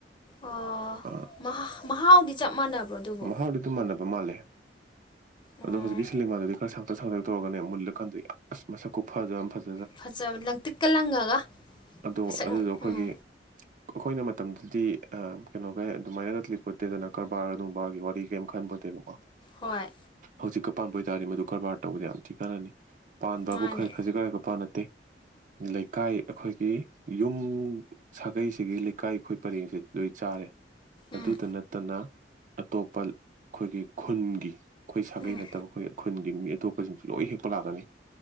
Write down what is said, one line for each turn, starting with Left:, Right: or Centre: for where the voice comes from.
Left: ꯑꯣ
Right: ꯑꯥ
Left: ꯃꯍꯥꯎꯗꯤ ꯆꯞ ꯃꯥꯟꯅꯕ꯭ꯔꯣ ꯑꯗꯨꯕꯣ
Right: ꯃꯍꯥꯎꯗꯤ ꯑꯗꯨꯝ ꯃꯥꯟꯅꯕ ꯃꯥꯜꯂꯦ
Left: ꯎꯝ
Right: ꯑꯗꯣ ꯍꯧꯖꯤꯛꯀꯤ ꯁꯤꯂꯩꯃꯥꯗꯨꯗꯤ ꯈꯔ ꯁꯥꯡꯇꯛ ꯁꯥꯡꯇ ꯇꯧꯔꯒꯅꯦ ꯃꯨꯜꯂꯀꯥꯟꯗꯗꯤ ꯑꯁ ꯃꯁꯛꯀꯨ ꯈꯨꯐꯖ ꯑꯃ ꯐꯖ
Left: ꯐꯖꯕ ꯂꯪꯇꯤꯛꯀ ꯂꯪꯉꯒ
Right: ꯑꯗꯣ
Left: ꯑꯁꯛ
Right: ꯑꯗꯨꯗꯣ ꯑꯩꯈꯣꯏꯒꯤ
Left: ꯎꯝ
Right: ꯑꯩꯈꯣꯏꯅ ꯃꯇꯝꯗꯨꯗꯤ ꯑ ꯀꯩꯅꯣꯒꯩ ꯑꯗꯨꯃꯥꯏꯅꯒ ꯂꯩꯄꯣꯠꯇꯦꯗꯅ ꯀꯔꯕꯥꯔ ꯅꯨꯡꯕꯥꯒꯤ ꯋꯥꯔꯤ ꯀꯩꯝ ꯈꯟ <unintelligible>
Left: ꯍꯣꯏ
Right: ꯍꯧꯖꯤꯛꯀ ꯄꯥꯟꯕ ꯑꯣꯏꯇꯥꯥꯔꯗꯤ ꯃꯗꯨ ꯀꯔꯕꯥꯔ ꯇꯧꯕꯗ ꯌꯥꯝꯅ ꯊꯤ ꯀꯥꯟꯅꯅꯤ ꯄꯥꯟꯕꯕꯨ
Left: ꯃꯥꯅꯦ
Right: ꯈꯔ ꯈꯖꯤꯛ ꯈꯔꯒꯥ ꯈꯨꯄꯥꯟ ꯅꯠ ꯂꯩꯀꯥꯏ ꯑꯩꯈꯣꯏꯒꯤ ꯌꯨꯝ ꯁꯥꯒꯩꯁꯤꯒꯤ ꯂꯩꯀꯥꯏ ꯑꯩꯈꯣꯏ ꯄꯔꯦꯡꯁꯦ ꯂꯣꯏ ꯆꯥꯔꯦ
Left: ꯎꯝ
Right: ꯑꯗꯨꯗ ꯅꯠꯇꯅ ꯑꯇꯣꯞꯄ ꯑꯩꯈꯣꯏꯒꯤ ꯈꯨꯟꯒꯤ ꯑꯩꯈꯣꯏ ꯁꯥꯒꯩ
Left: ꯎꯝ
Right: ꯅꯠꯇꯕ ꯑꯩꯈꯣꯏ ꯈꯨꯟꯒꯤ ꯃꯤ ꯑꯇꯣꯞꯄꯁꯤꯡ ꯂꯣꯏ ꯍꯦꯛꯄ ꯂꯥꯛꯀꯅꯤ